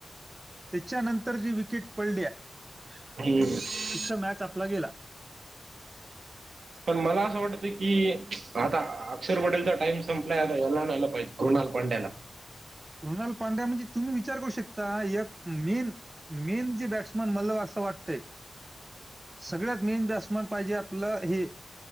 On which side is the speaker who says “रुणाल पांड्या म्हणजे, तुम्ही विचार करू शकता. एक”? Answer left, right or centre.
Right